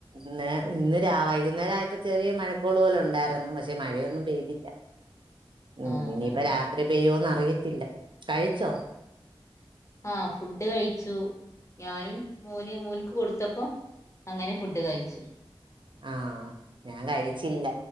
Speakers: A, on the right; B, on the left.
A: ന്നെ ഇന്ന് രാ വൈകുനേരായപ്പോ ചെറിയ മഴ കോളു പോലെ ഉണ്ടായിരുന്നു പക്ഷേ മഴയെന്നും പെയ്തില്ല മ്
B: ആ
A: ഇനി
B: ആ ആ
A: പ്പോ രാത്രി പെയ്യൊ ന്ന പെയ്യത്തില്ല കഴിച്ചോ
B: ആ ഫുഡ് കഴിച്ചു ഞാനും മോനു മോന് ക്കൊടുത്തപ്പോ അങ്ങനെ ഫുഡ് കഴിച്ചു
A: ആഹ് ഞാൻ കഴിച്ചില്ല